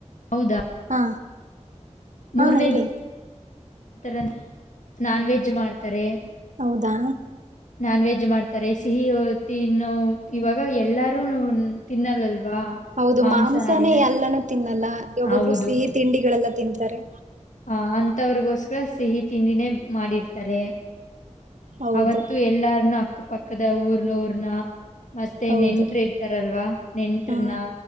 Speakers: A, on the left; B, on the right.
A: ಹೌದಾ.
B: ಹಾ.
A: ಮೂರನೇ
B: ಹಾ ಹೇಳಿ
A: ಈ ತರ ನಾನ್ ವೆಜ್ ಮಾಡ್ತಾರೆ.
B: ಹೌದಾ.
A: ನಾನ್ ವೆಜ್ ಮಾಡ್ತಾರೆ ಸಿಹಿ ತಿನ್ನು ಇವಾಗ ಎಲ್ಲರೂ ತಿನ್ನಲ್ಲಲ್ವಾ.
B: ಹೌದು
A: ಮಾಂಸಾಹಾರಿನ
B: ಮಾಂಸಾನೇ ಎಲ್ಲಾನೂ ತಿನ್ನಲ್ಲ ಒಬ್ಬೊಬ್ರು
A: ಹೌದು.
B: ಸಿಹಿ ತಿಂಡಿಗಳೆಲ್ಲ ತಿನ್ಂತಾರೆ.
A: ಹ ಅಂತವ್ರಿಗೋಕ್ಸರ ಸಿಹಿ ತಿಂಡಿನೇ ಮಾಡಿರ್ತಾರೆ.
B: ಹೌದು
A: ಅವತ್ತು ಎಲ್ಲಾರ್ನ ಅಕ್ಕ ಪಕ್ಕದ ಊರ್ನವರ್ನ. ಮತ್ತೆ
B: ಹೌದು
A: ನೆಂಟ್ರ ಇರ್ತಾರಲ್ವಾ ನೆಂಟ್ರನ.
B: ಹಾ